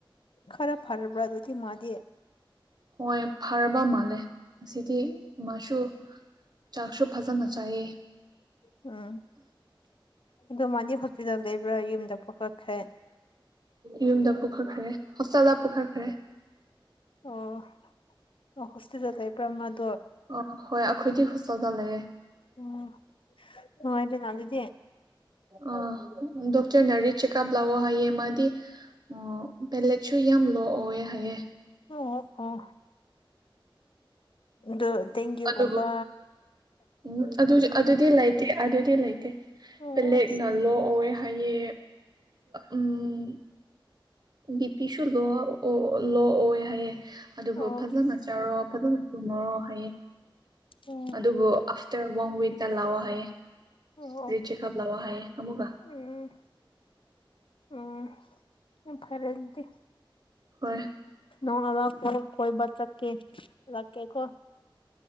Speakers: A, on the left (about 75°); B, on the right (about 50°).
A: ꯈꯔ ꯐꯔꯕ꯭ꯔꯥ ꯑꯗꯨꯗꯤ ꯃꯥꯗꯤ
B: ꯍꯣꯏ ꯐꯔꯕ ꯃꯥꯜꯂꯦ ꯉꯁꯤꯗꯤ
A: ꯎꯝ
B: ꯃꯥꯁꯨ ꯆꯥꯛꯁꯨ ꯐꯖꯅ ꯆꯥꯏꯌꯦ
A: ꯎꯝ ꯑꯗꯨ ꯃꯥꯗꯤ ꯍꯣꯁꯄꯤꯇꯥꯜ ꯂꯩꯕ꯭ꯔꯥ ꯌꯨꯝꯗ ꯄꯨꯈꯠꯈ꯭ꯔꯦ
B: ꯌꯨꯝꯗ ꯄꯨꯈꯠꯈ꯭ꯔꯦ ꯍꯣꯁꯇꯥꯦꯜꯗ ꯄꯨꯈꯠꯈ꯭ꯔꯦ
A: ꯑꯣ ꯑꯣ ꯍꯣꯁꯇꯦꯜꯗ ꯂꯩꯕ꯭ꯔꯥ ꯃꯥꯗꯣ
B: ꯑ ꯍꯣꯏ ꯑꯩꯈꯣꯏꯗꯤ ꯍꯣꯁꯇꯦꯜꯗ ꯂꯩꯌꯦ
A: ꯎꯝ ꯅꯨꯡꯉꯥꯏꯗꯅ ꯑꯗꯨꯗꯤ
B: ꯑ ꯗꯣꯛꯇꯔꯅ ꯔꯤ ꯆꯦꯛꯀꯞ ꯂꯥꯛꯑꯣ ꯍꯥꯏꯌꯦ ꯃꯥꯗꯤ ꯑꯣ ꯄꯦꯂꯦꯠꯁꯨ ꯌꯥꯝ ꯂꯣ ꯑꯣꯏꯑꯦ ꯍꯥꯏꯌꯦ
A: ꯑꯣ ꯑꯣ ꯑꯗꯨ ꯇꯦꯡꯒꯤꯒꯨꯝꯕ
B: ꯑꯗꯨꯕꯨ ꯎꯝ ꯑꯗꯨꯗꯤ ꯑꯗꯨꯗꯤ ꯂꯩꯇꯦ ꯑꯗꯨꯗꯤ ꯂꯩꯇꯦ
A: ꯑꯣ
B: ꯄꯦꯂꯦꯠꯅ ꯂꯣ ꯑꯣꯏꯌꯦ ꯍꯥꯏꯌꯦ ꯎꯝ ꯕꯤ ꯄꯤꯁꯨ ꯂꯣ ꯂꯣ ꯑꯣꯏ ꯍꯥꯏꯌꯦꯦ ꯑꯗꯨꯕꯨ
A: ꯑꯣ
B: ꯐꯖꯅ ꯆꯥꯔꯣ ꯐꯖꯅ ꯇꯨꯝꯃꯨꯔꯣ ꯍꯥꯏꯌꯦ
A: ꯎꯝ
B: ꯑꯗꯨꯕꯨ ꯑꯥꯐꯇꯔ ꯋꯥꯟ ꯋꯤꯛꯇ ꯂꯥꯛꯑꯣ ꯍꯥꯏꯌꯦ
A: ꯑꯣ
B: ꯔꯤ ꯆꯦꯛꯑꯞ ꯂꯥꯛꯑꯣ ꯍꯥꯏꯌꯦ ꯑꯃꯨꯛꯀ
A: ꯎꯝ ꯎꯝ ꯌꯥꯝ ꯐꯔꯦ ꯑꯗꯨꯗꯤ
B: ꯍꯣꯏ
A: ꯅꯣꯡꯉꯥꯜꯂꯛ ꯀꯣꯏꯕ ꯆꯠꯀꯦ ꯂꯥꯛꯀꯦꯀꯣ